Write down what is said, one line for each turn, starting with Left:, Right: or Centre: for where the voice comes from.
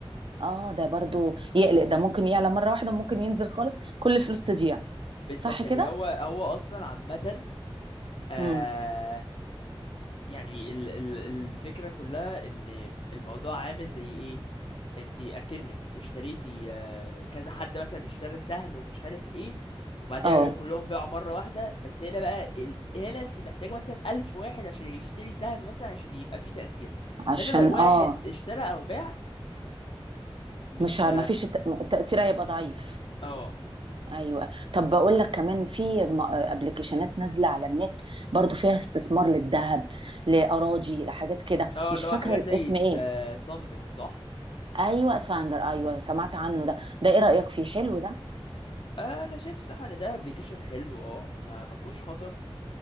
Right: اه ده برضو يقلق ده ممكن يعلى مرة واحدة ممكن ينزل خالص كل الفلوس تضيع
Left: بالظبط
Right: صح كده
Left: يعني هو هو اصلا عامة آه
Right: امم
Left: يعني ال ال الفكرة كلها ان الموضوع عامل زي ايه انتي اكنك اشتريتي آه، كذا حد مثلا اشترى سهم ومش عارف ايه وبعدها
Right: اه
Left: كلهم باعوا مرة واحدة بس هنا بقى ال... هنا انت محتاج مثلا ألف واحد عشان يشتري سهم مثلا عشان يبقى فيه تأثير
Right: عشان
Left: هنا لو واحد
Right: اه
Left: اشترى أو باع مش
Right: مش ه- ما فيش الت- التأثير هيبقى ضعيف
Left: اه
Right: ايوه طب بقول لك كمان في ابلكيشنات نازله على النت برضو فيها استثمار للذهب لاراضي لحاجات كده
Left: اه
Right: مش
Left: اللي
Right: فاكره
Left: هو حاجات
Right: الاسم
Left: زي
Right: ايه
Left: ثاندر صح
Right: ايوه ثاندر ايوه سمعت عنه ده ده ايه رأيك فيه حلو ده
Left: آه، انا شايف الصراحه ان ده ابلكيشن حلو اه ما ما فيهوش خطر